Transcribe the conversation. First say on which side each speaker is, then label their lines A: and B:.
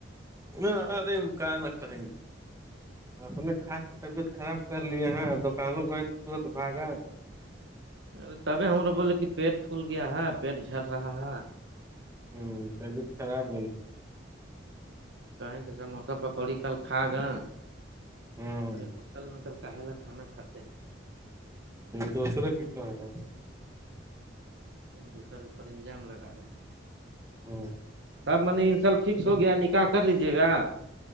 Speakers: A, on the right; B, on the right.
A: ہاں ارے وہ کان میی کہیں گ اپنے خاص طبیعت خراب کر لیے ہیں دکانوں گئے تورت بھگا
B: ارے تبے ہمارا بولے کہ پیٹ پھول گیا ہے پیٹ جل رہا ہے
A: ہمم طبیعت خراب ہے
B: کہیں کہ سموسا پکوڑی کل کھا گا
A: ہوں
B: بے ہوٹل میں کر کل خانا کتے ہیں
A: دوسرا کی کہ ہے
B: دوسر اوپر انجام لگا رہے ہیں
A: ہاں
B: سب منی ان شاء ال فکس ہو گیا نکاح کر لیجیے گا